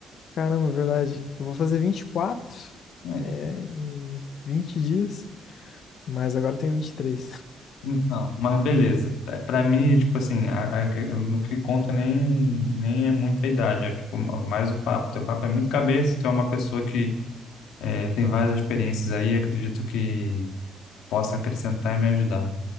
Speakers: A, on the left (about 65°); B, on the left (about 85°).
A: Caramba, verdade. Eu vou fazer 24,
B: É,
A: é, em 20 dias, mas agora eu tenho vinte e três.
B: Então, mas beleza. Tá, Pra mim, tipo assim, a, a, eu- no que conta nem, nem é muita idade, é tipo, mais o papo. Teu papo é muito cabeça, tu é uma pessoa que É, tem várias experiências aí, acredito que possa acrescentar e me ajudar.